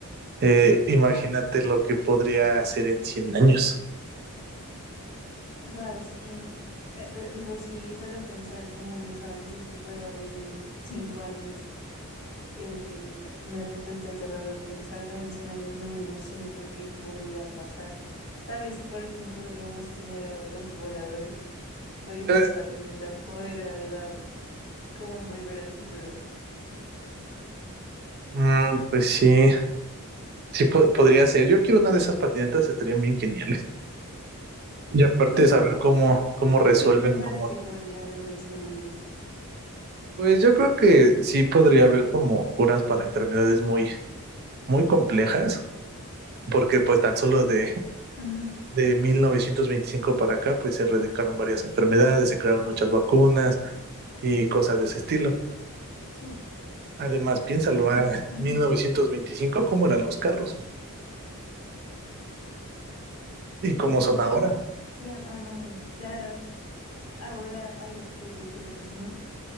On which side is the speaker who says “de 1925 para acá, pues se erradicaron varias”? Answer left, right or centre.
Right